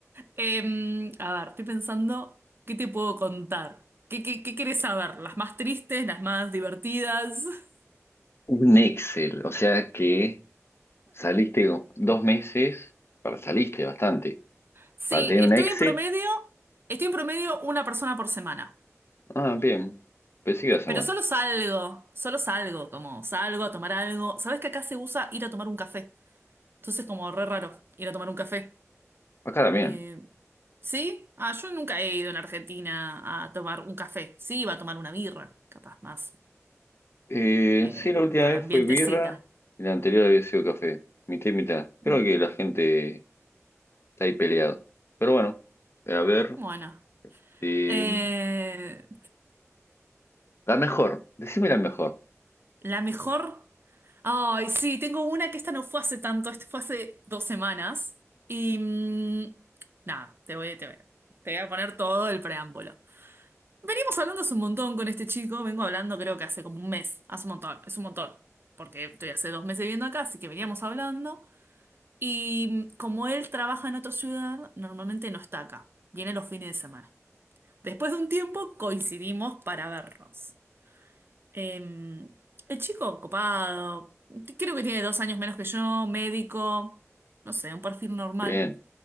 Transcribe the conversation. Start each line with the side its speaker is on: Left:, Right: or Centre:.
Right: Em, a ver, estoy pensando, ¿qué te puedo contar? ¿Qué, qué, qué querés saber? ¿Las más tristes, las más divertidas? <laughs>
Left: Un Excel, o sea que saliste dos meses, para saliste bastante.
Right: Sí,
Left: Para tener
Right: estoy
Left: un Excel,
Right: en promedio, estoy en promedio una persona por semana.
Left: ah, bien, pensé que iba a ser
Right: Pero
Left: más.
Right: solo salgo, solo salgo, como salgo a tomar algo. ¿Sabés que acá se usa ir a tomar un café? Entonces como re raro ir a tomar un café.
Left: Acá también.
Right: Eh, ¿sí? Ah, yo nunca he ido en Argentina a tomar un café. Sí, iba a tomar una birra, capaz más,
Left: Eh,
Right: eh,
Left: sí, la última
Right: para
Left: vez
Right: ambientecita.
Left: fue birra y la anterior había sido café, mitad y mitad. Creo
Right: Mm.
Left: que la gente Está ahí peleado. Pero bueno, eh, a ver.
Right: Bueno.
Left: eh,
Right: Eh,
Left: la mejor. Decime la mejor.
Right: la mejor. Ay, sí, tengo una que esta no fue hace tanto, esto fue hace dos semanas. Y mm, nada, te voy, te voy, te voy a poner todo el preámbulo. Venimos hablando hace un montón con este chico, vengo hablando creo que hace como un mes, hace un montón, es un montón, porque estoy hace dos meses viviendo acá, así que veníamos hablando. Y mm, como él trabaja en otra ciudad, normalmente no está acá, viene los fines de semana. Después de un tiempo coincidimos para vernos. Eh, el chico copado, creo que tiene dos años menos que yo, médico, no sé, un perfil normal.
Left: Bien,